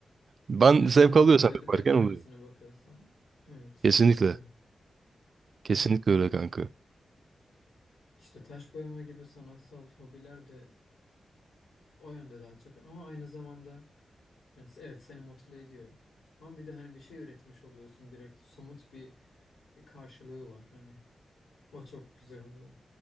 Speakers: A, on the right; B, on the left.
A: Ben
B: Yani
A: zevk
B: seni mutlu
A: alıyorsam
B: edip
A: yaparken
B: etmemesine
A: oluyor.
B: bakıyorsan evet
A: Kesinlikle.
B: anlıyorum.
A: Kesinlikle öyle
B: Y-
A: kanka.
B: İşte taş boyama gibi sanatsal hobiler de O yönde daha çok ama aynı zamanda yani evet seni mutlu ediyor. Ama bir de hani bir şey üretmiş oluyorsun direkt somut bir, bir karşılığı var hani. O çok güzel oluyor.